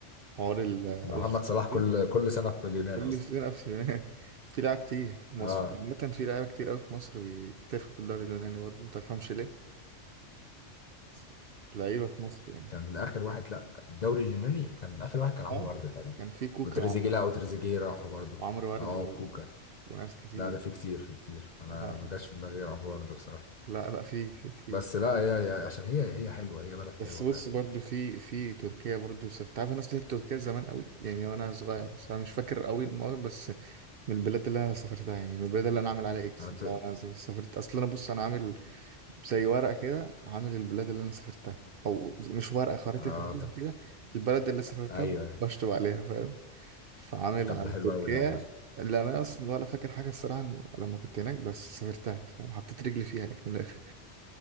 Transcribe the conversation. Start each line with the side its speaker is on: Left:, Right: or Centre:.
Right: حوار الاوف
Left: محمد
Right: سيزون
Left: صلاح كل كل سنه في اليونان
Right: كل
Left: اصلا
Right: سيزون اوف سيزون <laughs> في لعيبة كتير <laughs> في مصر
Left: اه
Right: عامة في لعيبة كتير قوي في مصر بيحترفوا في الدوري اليوناني برضه ما تفهمش ليه بس لعيبة في مصر يعني
Left: كان اخر واحد لا الدوري اليوناني كان اخر واحد كان عمرو
Right: اه
Left: برده تقريبا
Right: كان في كوكا
Left: وتريزيجيه
Right: وعمرو
Left: لا وتريزيجيه راح برضه
Right: وعمرو ورد
Left: اه
Right: و-
Left: وكوكا
Right: وناس كتير
Left: لا ده في كتير في كتير انا
Right: آه.
Left: انا ما جاش في دماغي غير عمرو برده بصراحه
Right: لا لا في في كتير
Left: بس لا هي هي عشان هي هي حلوه هي بلد حلوه
Right: بس بص
Left: فعلا
Right: برضو في في تركيا برضو سافرت عارف انا سافرت تركيا زمان قوي يعني وانا صغير بس انا مش فاكر قوي المواقف بس من البلاد اللي انا سافرتها يعني من البلاد اللي انا عامل عليها اكس
Left: انا
Right: لو
Left: ت...
Right: انا سافرت اصل انا بص انا عامل زي ورقه كده عامل البلاد اللي انا سافرتها او مش ورقه خريطه
Left: اه
Right: العالم
Left: طب
Right: كده البلد اللي سافرتها
Left: ايوه أيوة.
Right: بشطب عليها فاهم فعامل
Left: طب
Right: على
Left: ده حلو
Right: تركيا
Left: قوي ده عامه
Right: اللي انا اصلا ولا فاكر حاجه الصراحه لما كنت هناك بس سافرتها فاهم حطيت رجلي فيها يعني من الاخر